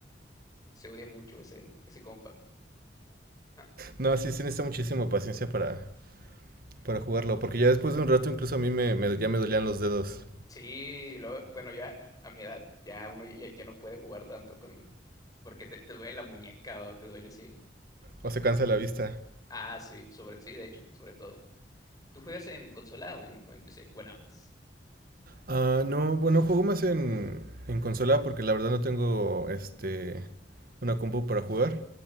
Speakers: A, on the left; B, on the right.
A: se odia mucho ese, ese compa. Ah,
B: No, sí se necesita muchísima paciencia para, para jugarlo, porque ya después de un rato incluso a mí me, me- ya me dolían los dedos
A: Sí, luego, bueno, ya a mi edad, ya uno ya, ya no puede jugar tanto con, porque te, te duele la muñeca o te duele, sí.
B: o se cansa la vista.
A: Ah, sí, sobre, sí, de hecho, sobre todo. ¿Tú juegas en consola o en, o en PC? O en ambas.
B: Ah, no, bueno, juego más en, en consola porque la verdad no tengo este una compu para jugar,